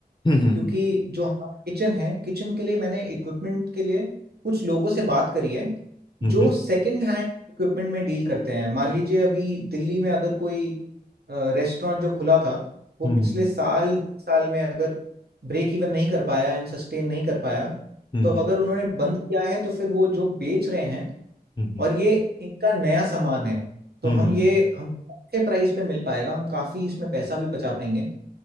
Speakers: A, on the left; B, on the right.
A: हम्म हम्म
B: क्योंकि जो हमारा किचन है किचन के लिए मैंने इक्विपमेंट के लिए कुछ लोगों से बात करी है
A: हम्म
B: जो
A: हम्म
B: सेकंड हैंड इक्विपमेंट में डील करते हैं मान लीजिए अभी दिल्ली में अगर कोई रेस्टोरेंट जो खुला था वो
A: हम्म
B: पिछले साल साल में अगर ब्रेक इवन नहीं कर पाया एंड सस्टेन नहीं कर पाया
A: हम्म
B: तो अगर
A: हम्म
B: उन्होंने बंद किया है तो फिर वो जो बेच रहे हैं
A: हम्म हम्म
B: और ये इनका नया सामान है तो
A: हम्म
B: हम ये हम अच्छे प्राइस पे मिल पाएगा हम काफ़ी इसमें पैसा भी बचा पाएंगे